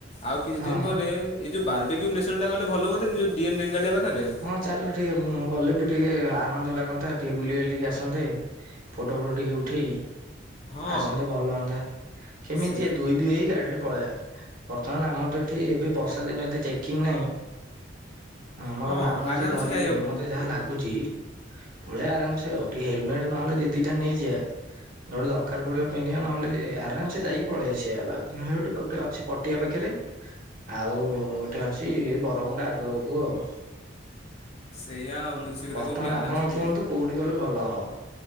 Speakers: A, on the left; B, on the right.
A: ଆଉ କିଛି
B: ହଁ
A: ଦିନ ପରେ ଏଇ ଯୋଉ ବାର୍ବିକ୍ୟୁ ନେସନଟା ଗଲେ ଭଲ ହୁଅନ୍ତାନି ଯୋଉ ଡି ଏନ୍ ରେଙ୍ଗାଲିଆ ପାଖେରେ।
B: ହଁ ଚାଲ ଟିକେ ବୁ ମୁଁ ଗଲେ ବି ଟିକେ ଆନନ୍ଦ ଲାଗନ୍ତା ଟିକେ ବୁଲି ବାଲିକି ଆସନ୍ତେ। ଫଟୋ ଫଟୋ ଟିକେ ଉଠେଇ
A: ହଁ
B: ଆସନ୍ତେ ଭଲ ହଅନ୍ତା। କେମିତି
A: ସେଇ
B: ଯିଆ ଦୁଇ ଦୁଇ ହେଇ ଗାଡିରେ ପଳେଇବା ବର୍ତ୍ତମାନ ଆମର ତ ଏଠି ଏବେ ବର୍ଷା ଦିନ ଏତେ ଚେକିଂ ନାଇଁ ଆମର
A: ହଁ
B: ମାମୁଁ
A: ଆରାମସେ
B: ଯିଏ ଧରିବେନି
A: ଯାଇହବ।
B: ମତେ ଯାହା ଲାଗୁଚି। ପଳେଇଆ ଆରାମସେ ଆଉ ଟିକେ ହେଲମେଟ ନହେଲେ ଦି ଦିଟା ନେଇଯିଆ। ଯୋଉଠି ଦରକାର ପଡିବ ପିନ୍ଧିବା ନହେଲେ ଆରାମ ସେ ଯାଇକି ପଳେଇ ଆସିଆ। <unintelligible> ଅଛି ପଟିଆ ପାଖେରେ ଆଉ ଗୋଟେ ଅଛି ବରମୁଣ୍ଡା ଆଗକୁ ଆଉ।
A: ସେଇୟା ଆଉ ମୁଁ ତ ସେଇ କଥା
B: ବର୍ତ୍ତମାନ
A: କହୁଥିଲି ଆରାମସେ
B: ଆପଣ
A: ବୁ
B: କୁହନ୍ତୁ କୋଉଠିକି ଗଲେ ଭଲ ହବ?